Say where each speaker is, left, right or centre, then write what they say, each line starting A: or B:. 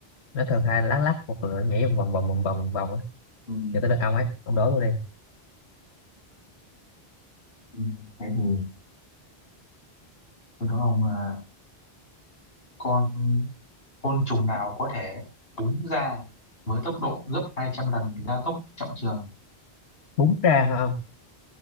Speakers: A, on the left; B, on the left.
A: nó thường hay lá lách hoặc là nhảy vòng vòng vòng vòng vòng vòng vòng á.
B: ừ.
A: giờ tới lượt ông ấy ông đố luôn đi
B: Ừ. thế thì tôi nói ông là con côn trùng nào có thể búng ra với tốc độ gấp 200 lần gia tốc trọng trường
A: bún ra hả ông